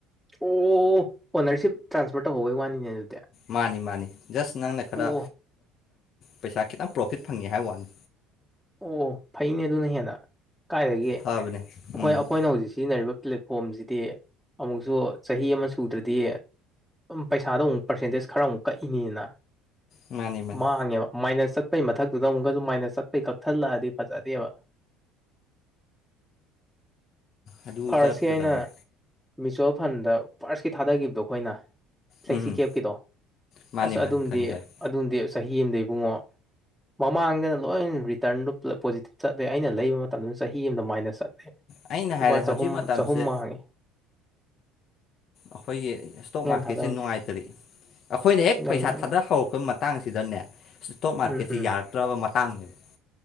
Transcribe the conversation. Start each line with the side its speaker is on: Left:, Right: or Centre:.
Centre: ꯑꯣ ꯑꯣꯅꯔꯁꯤꯞ ꯇ꯭ꯔꯥꯟꯁꯐꯔ ꯇꯧꯍꯧꯕꯩ ꯋꯥꯅꯤꯅꯦ ꯑꯗꯨꯗꯤ
Left: ꯃꯥꯅꯤ ꯃꯥꯅꯤ ꯖꯁ ꯅꯪꯅ ꯈꯔ
Centre: ꯑꯣ
Left: ꯄꯩꯁꯥ ꯈꯤꯇꯪ ꯄ꯭ꯔꯣꯐꯤꯠ ꯐꯪꯉꯤ ꯍꯥꯏꯕ ꯋꯥꯅꯤ
Centre: ꯑꯣ ꯑꯣ ꯐꯩꯅꯦ ꯑꯗꯨꯅ ꯍꯦꯟꯅ ꯀꯥꯏꯗꯒꯤꯦ ꯑꯩꯈꯣꯏ
Left: ꯐꯕꯅꯦ ꯎꯝ
Centre: ꯑꯩꯈꯣꯏꯅ ꯍꯧꯖꯤꯛ ꯁꯤꯖꯤꯟꯅꯔꯤꯕ ꯄ꯭ꯂꯦꯠꯐꯣꯝꯁꯤꯗꯤ ꯑꯃꯨꯛꯁꯨ ꯆꯍꯤ ꯑꯃ ꯁꯨꯗ꯭ꯔꯗꯤ ꯄꯩꯁꯥꯣꯨꯛ ꯄꯔꯁꯦꯟꯇꯦꯖ ꯈꯔ ꯑꯃꯨꯛ ꯀꯛꯏꯅꯤꯅ
Left: ꯃꯥꯅꯤ ꯃꯥꯅꯤ
Centre: ꯃꯥꯡꯉꯦꯕ ꯃꯥꯏꯅ ꯆꯠꯄꯩ ꯃꯊꯛꯇꯨꯗ ꯑꯃꯨꯛꯀꯁꯨ ꯃꯥꯏꯅ ꯆꯠꯄꯩ ꯀꯛꯊꯠꯂꯛꯑꯗꯤ ꯐꯖꯗꯦꯕ
Left: ꯑꯗꯨ
Centre: ꯐꯥꯔꯁꯁꯤ
Left: ꯆꯠꯀꯗꯕꯅꯤ
Centre: ꯑꯩꯅ ꯃꯤ꯭ꯨꯆ꯭ꯋꯦꯜ ꯐꯟꯗ ꯐꯥꯔꯁꯀꯤ ꯊꯥꯗꯈꯤꯕꯗꯣ ꯑꯩꯈꯣꯏꯅ ꯐ꯭ꯂꯦꯛꯁꯤ
Left: ꯎꯝ
Centre: ꯀꯦꯞꯀꯤꯗꯣ
Left: ꯃꯥꯅꯤ
Centre: ꯑꯁ
Left: ꯃꯥꯅꯤ
Centre: ꯑꯗꯨꯝꯗꯤ
Left: ꯈꯪꯉꯤ ꯈꯪꯉꯤ
Centre: ꯑꯗꯨꯗꯤ ꯆꯍꯤ ꯑꯃꯗꯒꯤꯩꯕꯨꯡꯉꯣ ꯃꯃꯥꯡꯗꯅ ꯂꯣꯏ ꯇꯔꯟꯗꯨ ꯄꯨꯂ ꯄꯣꯖꯤꯇꯤꯞ ꯆꯠꯂꯦ ꯑꯩꯅ ꯂꯩꯕ ꯃꯇꯝꯗꯨꯗ ꯆꯍꯤ ꯑꯃꯗ ꯃꯥꯏꯅꯁ ꯆꯠꯂꯦ
Left: ꯑꯩꯅ
Centre: ꯂꯨꯄꯥ
Left: ꯍꯥꯏꯔꯦ
Centre: ꯆꯍꯨꯝ
Left: ꯍꯧꯖꯤꯛ ꯃꯇꯝꯁꯦ
Centre: ꯆꯍꯨꯝ ꯃꯥꯡꯉꯤ
Left: ꯑꯩꯈꯣꯏꯒꯤ ꯏꯁꯇꯣꯛ ꯃꯥꯔꯀꯦꯠꯁꯦ
Centre: ꯊꯥꯗꯕꯗꯣ
Left: ꯅꯨꯡꯉꯥꯏꯇꯔꯤ ꯑꯩꯈꯣꯏꯅ ꯍꯦꯛ
Centre: ꯌꯥꯝ
Left: ꯄꯩꯁꯥ ꯊꯥꯗ ꯍꯧꯔꯛꯄ ꯃꯇꯝ ꯃꯇꯥꯡꯁꯤꯗꯅꯦ ꯏꯁꯇꯣꯛ ꯃꯥꯔꯀꯦꯠꯁꯤ
Centre: ꯎꯝ ꯎꯝ
Left: ꯌꯥꯔꯛꯇ꯭ꯔꯕ ꯃꯇꯥꯡꯅꯦꯕ